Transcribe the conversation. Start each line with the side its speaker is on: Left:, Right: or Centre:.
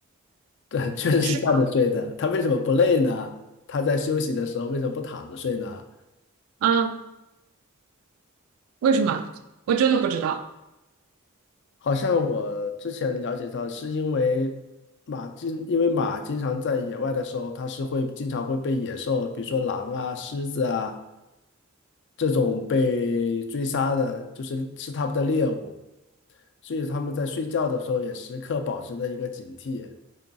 Left: 对，确实是站着睡的。
Right: 是吗？
Left: 它为什么不累呢？它在休息的时候为什么不躺着睡呢？
Right: 啊，为什么？我真的不知道。
Left: 好像我之前了解到，是因为马经，因为马经常在野外的时候，它是会经常会被野兽，比如说狼啊、狮子啊这种被追杀的，就是是它们的猎物，所以它们在睡觉的时候也时刻保持着一个警惕，